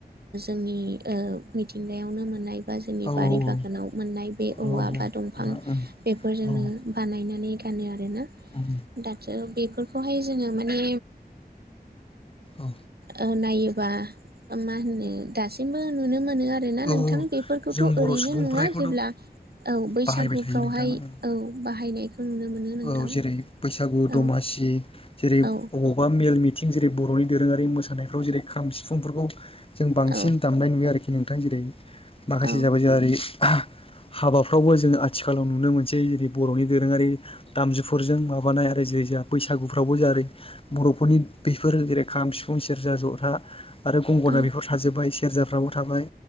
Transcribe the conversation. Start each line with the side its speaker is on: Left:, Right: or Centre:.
Right: मिथिंगायावनो मोननाय बा जोंनि
Left: औ
Right: बारि बागानाव
Left: औ
Right: मोननाय बे
Left: औ
Right: औवा
Left: नोंथां
Right: बा दंफां
Left: उम
Right: बेफोरजोंनो
Left: औ उम
Right: बानायनानै ग गानो आरोना
Left: उम
Right: दाथ' बेफोरखौहाय जोङो माने
Left: औ
Right: ओ नायोबा मा होनो दासिमबो नुनो मोनो मोनो आरोना
Left: औ
Right: नोंथां
Left: औ
Right: बेफोरखौथ'
Left: जों बर'
Right: ओरैनो
Left: सुबुंफ्रा
Right: नुङा
Left: बेखौथ'
Right: जेब्ला
Left: उम
Right: औ बैसागुफ्रावहाय
Left: बाहायबाय थायो नोंथां उम
Right: औ बाहायनायखौ नुनो मोनो नोंथां
Left: औ जेरै
Right: औ
Left: बैसागु दमासि जेरै
Right: औ
Left: बबावबा मेल मिथिं जेरै बर'नि दोरोङारि मोसानायफ्राव जेरै खाम सिफुंफोरखौ जों बांसिन
Right: औ
Left: दामनाय नुयो आरोखि नोंथां जेरै माखासे
Right: औ
Left: जाबाय जोङो ओरै हाबाफ्रावबो जोङो आथिखालाव नुनो मोनसै जेरै बर'नि दोरोङारि दामजु फोरजों माबानाय आरो जेरै जोंहा बैसागुफ्रावबो जेरै बर'फोरनि बेफोर जेरै खाम सिफुं सेरजा सेरजा जथा आरो गंगोना
Right: औ
Left: बेफोर थाजोब्बाय सेरजाफ्राबो थाबाय